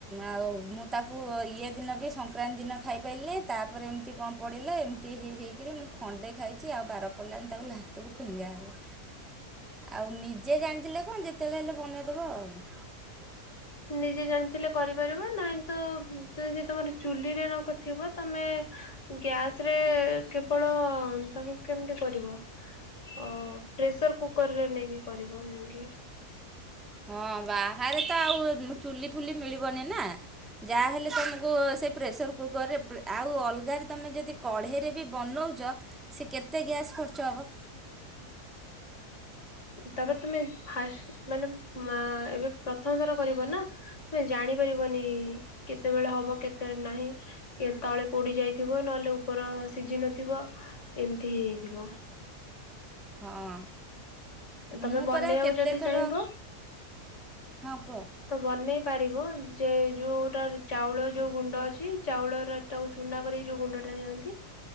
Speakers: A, in the centre; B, on the left.
A: ଆଉ ମୁଁ ତାକୁ ଇଏ ଦିନ ବି ସଂକ୍ରାନ୍ତି ଦିନ ଖାଇପାରିଲି ତାପରେ ଏମିତି କଣ ପଡ଼ିଲା ଏମିତି ହେଇ ହେଇକିରି ମୁଁ ଖଣ୍ଡେ ଖାଇଛି ଆଉ ବାର ପଡ଼ିଲାନି ତାକୁ ଲାଷ୍ଟକୁ ଫିଙ୍ଗାାଗଲା। ଆଉ ନିଜେ ଜାଣିଥିଲେ କଣ ଯେତେବେଳେ ହେଲେ ବନେଇଦବ ଆଉ।
B: ନିଜେ ଜାଣିଥିଲେ କରିପାରିବ ନାହିଁ ତ ଯ ଯଦି ତମର ଚୁଲିରେ ନକଥିବ ତମେ ଗ୍ୟାସ ରେ କେବଳ ତାକୁ କେମିତି କରିବ? ଅ ପ୍ରେସର କୁକର ରେ ନେଇକି କରିବ ଯାଇକି।
A: ହଁ ବାହାରେ ତ ଆଉ ଚୁଲି ଫୁଲି ମିଳିବନି ନା। ଯାହାହେଲେ ତୁମକୁ ସେଇ ପ୍ରେସର କୁକରରେ ଆଉ ଅଲଗାରେ ତୁମେ ଯଦି କଢ଼େଇରେ ବି ବନଉଛ ସେ କେତେ ଗ୍ୟାସ୍ ଖର୍ଚ୍ଚ ହେବ।
B: ତାପରେ ତମେ ଫା ମାନେ ମା ଏବେ ପ୍ରଥମ ଥର କରିବ ନା ତୁମେ ଜାଣିପାରିବନି କେତେବେଳେ ହବ କେତେ ନାହିଁ ତଳେ ପୋଡି ଯାଇଥିବ ନହେଲେ ଉପର ସିଝି ନଥିବ। ଏମିତି ହେଇଯାଇଥିବ।
A: ହଁ ମୁଁ
B: ତମେ
A: ପରା
B: ବନେଇବାକୁ
A: କେତେଥର
B: ଯଦି ଚାହିଁବ
A: ହଁ କୁହ।
B: ତ ବନେଇ ପାରିବ ଯେ ଯୋଉଟା ଚାଉଳ ଯୋଉ ଗୁଣ୍ଡ ଅଛି ଚାଉଳର ତାକୁ ଚୁନା କରିକି ଯୋଉ ଗୁଣ୍ଡ ଟା ଦିଅନ୍ତି